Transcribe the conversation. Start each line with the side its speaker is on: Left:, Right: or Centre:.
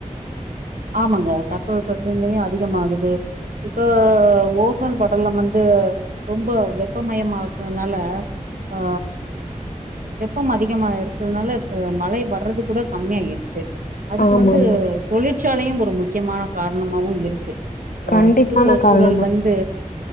Right: ஆமாங்க தட்பவெட்ப சூழ்நிலையு அதிகமாகுது இப்ப ஓசோன் படலம் வந்து ரொம்ப வெப்பமயமா ஆக்குறனால ஆ வெப்பம் அதிகமா இருக்கறதுனால மழை வர்றது கூட கம்மி ஆயிர்ச்சு அதுக்கு
Left: ஆமாமா
Right: வந்து தொழிற்சாலையு ஒரு முக்கியமான காரணமாவு இருக்கு அ
Left: கண்டிப்பான
Right: சுற்றுப்புற சூழல்
Left: காரணமா
Right: வந்து